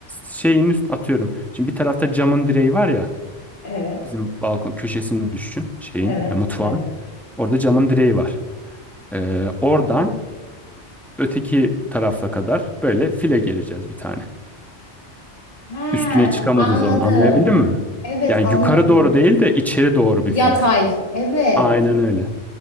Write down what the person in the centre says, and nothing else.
Şeyin üst atıyorum. Şimdi bir tarafta camın direği var ya.
Bizim balkon köşesini düşün. Şeyin
e, mutfağın.
Orada camın direği var. Ee, oradan öteki tarafa kadar böyle file geleceğiz bir tane.
Üstüne çıkamaz
o zaman anlayabildin mi?
Yani
yukarı doğru değil de içeri doğru
bir file.
Aynen öyle.